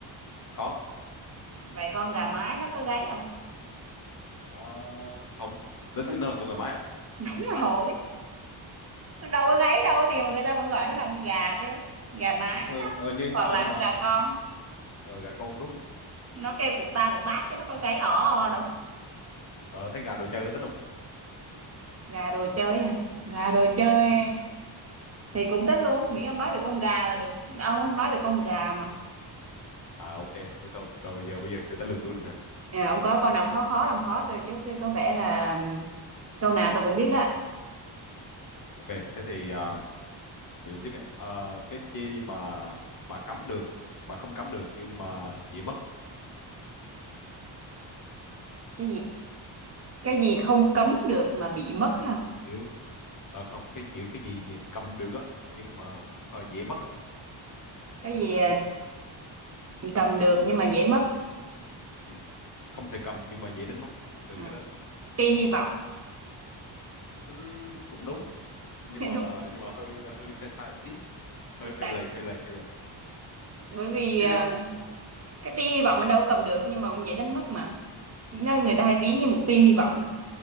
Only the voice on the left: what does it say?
có
Ờ, không lấy thế nó là con gà mái à
Vãi.
ờ,
ờ, nhưng
ờ,
nhưng
mà
ờ, gà con đúng
ờ, thấy gà đồ chơi có tính không
À ok, thế thôi. Rồi giờ bây giờ tới lượt tôi nè.
Ok, thế thì à, để tôi trước nè. Ờ, cái chi mà bà cấm được, bà không cấm được nhưng mà dễ mất.
Kiểu ờ, không, cái kiểu cái gì mà cầm được á nhưng mà kh- dễ mất á.
Ừ. Không thể cầm nhưng mà dễ đánh mất. Từ
cái đó
ừm, cũng đúng, nhưng
mà
nhưng mà hơi hơi sai sai xí, hơi hơi
lầy hơi lầy hơi lầy.
Tiếp
đi.
Ờ
cũng
đúng.